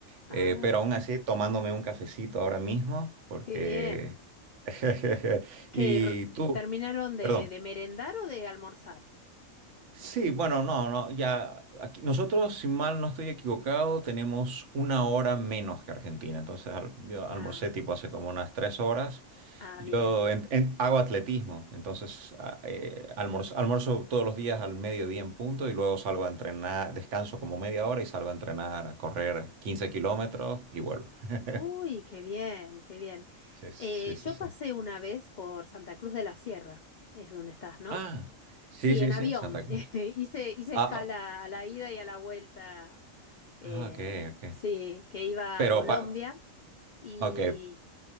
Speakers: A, on the left; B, on the right.
A: Ah,
B: eh, pero aún así tomándome un cafecito ahora mismo, porque...
A: qué bien.
B: <laughs> Y
A: ¿Que r-
B: tú,
A: terminaron
B: perdón.
A: de, de merendar o de almorzar?
B: Sí, bueno, no, no, ya aquí, nosotros, si mal no estoy equivocado, tenemos una hora menos que Argentina. Entonces, al- yo almorcé
A: Ah,
B: tipo hace como unas tres horas.
A: ah,
B: Yo
A: bien.
B: en- en- hago atletismo, entonces a- eh, almorzo, almuerzo todos los días al mediodía en punto y luego salgo a entrenar, descanso como media hora y salgo a entrenar, a correr 15 kilómetros y vuelvo. <laughs>
A: Uy, qué bien, qué bien.
B: Sí, sí,
A: Eh,
B: sí,
A: yo
B: sí.
A: pasé una vez por Santa Cruz de la Sierra, es donde estás, ¿no?
B: Ah, sí,
A: Sí,
B: sí,
A: en avión.
B: sí, Santa
A: <laughs>
B: Cruz.
A: Hice, hice
B: Ah,
A: escala a la ida y a la vuelta. eh,
B: ah, ok, ok.
A: sí, que iba
B: Pero,
A: a Colombia
B: pa
A: y...
B: ok,